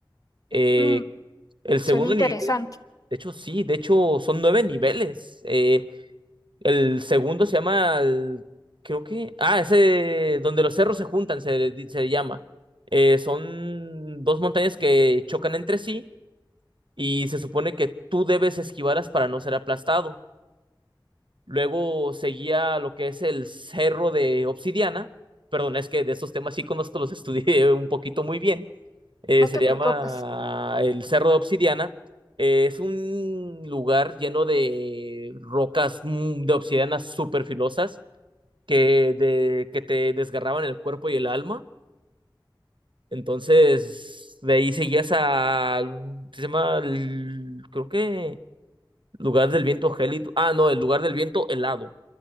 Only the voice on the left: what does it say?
mm,
suena interesante,
no
te
preocupes.